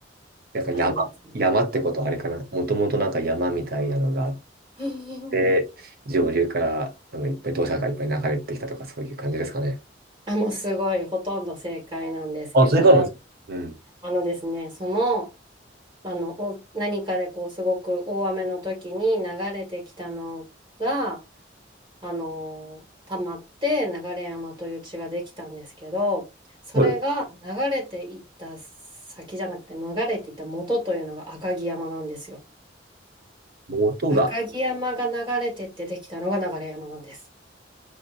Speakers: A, on the right (about 50°); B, on the right (about 25°).
A: なんか山、
B: あのですね。
A: 山ってことはあれかな。もともとなんか山みたいなのがあっ
B: <laughs>
A: て、上流からあのいっぱい土砂がいっぱい流れてきたとかそういう感じですかね。
B: あ、もうすごい、ほとんど正解なんですけど、
A: あ、それからなんですか。うん。
B: あのですね、その、あの、お何かでこう、すごく大雨の時に流れてきたのが、あの、溜まって流山という地ができたんですけど、それが流れていった先じゃなくて、
A: はい。
B: 流れていった元というのが赤城山なんですよ。
A: 元が。
B: 赤城山が流れてってできたのが流山なんです。